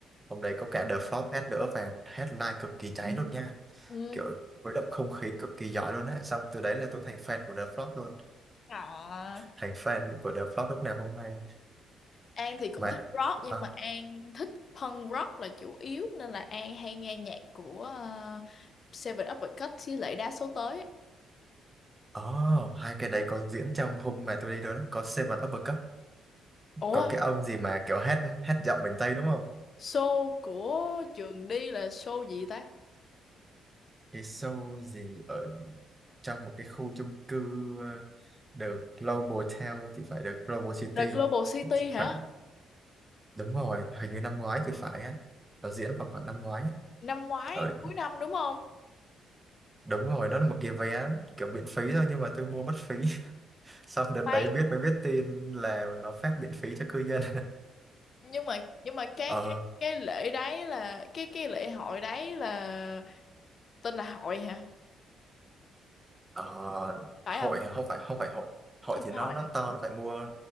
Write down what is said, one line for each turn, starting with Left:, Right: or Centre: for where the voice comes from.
Right: hôm đấy có cả The Flock hát nữa và headline cực kỳ cháy luôn nha.
Left: ừ
Right: kiểu khuấy động không khí cực kỳ giỏi luôn á xong từ đấy là tôi thành fan của The Flock luôn
Left: Hả?
Right: thành fan của The Flock lúc nào không hay
Left: An thì cũng
Right: mà
Left: thích rock nhưng
Right: à,
Left: mà An thích punk rock là chủ yếu nên là An hay nghe nhạc của ờ, Seven Uppercut Cut với lại đa số tới.
Right: oh, hai cái đấy có diễn trong hôm mà tôi đi đó đấy có Seven Upper Cup
Left: Ủa,
Right: có cái ông gì mà kiểu hát hát giọng miền Tây đúng không
Left: show của trường đi là show gì ta?
Right: cái show gì ở trong một cái khu chung cư ờ, The Global Town thì phải The Global City
Left: The Global City hả?
Right: khoảng đúng rồi hình như năm ngoái thì phải á nó diễn vào khoảng năm ngoái ấy.
Left: Năm ngoái
Right: ở
Left: cuối năm đúng không?
Right: đúng rồi nó là một cái vé kiểu miễn phí thôi nhưng mà tôi mua mất phí xong đợt đấy
Left: Khoan,
Right: biết mới biết tin là nó phát miễn phí cho cư dân
Left: nhưng mà nhưng mà cái
Right: <laughs> ờ
Left: cái cái lễ đấy là cái cái lễ hội đấy là tên là hội hả?
Right: ờ,
Left: Phải
Right: hội
Left: không?
Right: không phải không phải hội hội
Left: Không
Right: thì
Left: phải
Right: nó
Left: hội.
Right: nó
Left: hả?
Right: to nó phải mua